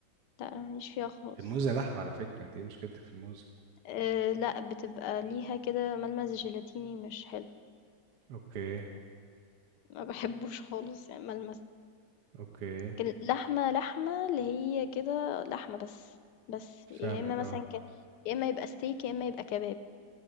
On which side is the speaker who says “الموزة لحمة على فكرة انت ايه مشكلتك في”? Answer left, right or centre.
Right